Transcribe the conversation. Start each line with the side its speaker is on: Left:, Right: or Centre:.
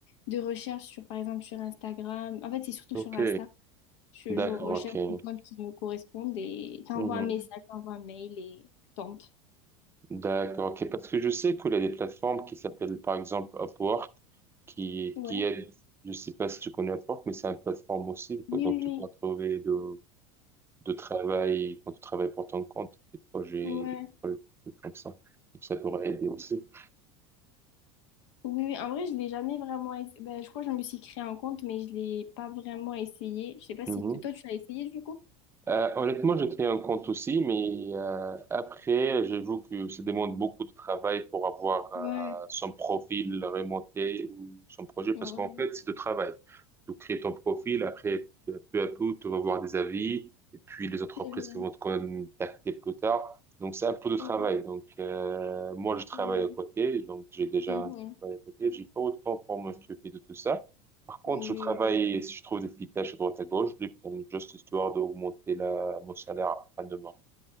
Left: de recherches sur, par exemple, sur Instagram. En fait, c'est surtout
Right: Ok,
Left: sur Insta. Je,
Right: d'accord,
Left: je recherche
Right: ok.
Left: des comptes qui me correspondent et t'envoies
Right: Mhm.
Left: un message, t'envoies un mail et tu tentes.
Right: D'accord, ok. Parce que je sais qu'il y a des plateformes qui s'appellent par exemple Upwork qui,
Left: Ouais.
Right: qui aident, je sais pas si tu connais Upwork, mais c'est une plateforme aussi. quoi.
Left: Oui,
Right: Donc
Left: oui,
Right: tu pourras trouver de, de travail quand tu travailles pour ton compte, des projets,
Left: oui. Ouais.
Right: des projets des trucs comme ça. Donc ça pourrait aider aussi.
Left: Oui, oui, en vrai, je l'ai jamais vraiment essayé. Ben, je crois que je me suis créé un compte, mais je l'ai pas vraiment essayé. Je sais pas
Right: Mhm.
Left: si t- toi, tu l'as essayé du coup?
Right: Euh, honnêtement, j'ai créé un compte aussi, mais euh, après, j'avoue que ça demande beaucoup de travail pour avoir
Left: Ouais,
Right: euh, son profil remonté ou son projet, parce
Left: Ouais,
Right: qu'en fait, c'est de travail. Tu crées ton profil, après, peu à peu, tu vas voir des avis, et puis les entreprises
Left: c'est vrai.
Right: qui vont te contacter plus tard. Donc, c'est un peu de travail.
Left: Ouais,
Right: Donc, euh, moi, je travaille
Left: ouais.
Right: à côté, donc j'ai déjà
Left: Mhm.
Right: un travail à côté. J'ai pas autant pour m'occuper de tout ça. Par contre,
Left: Oui,
Right: je travaille,
Left: oui. oui.
Right: si je trouve des petites tâches à droite à gauche, je les prends juste histoire d'augmenter la, mon salaire à demain.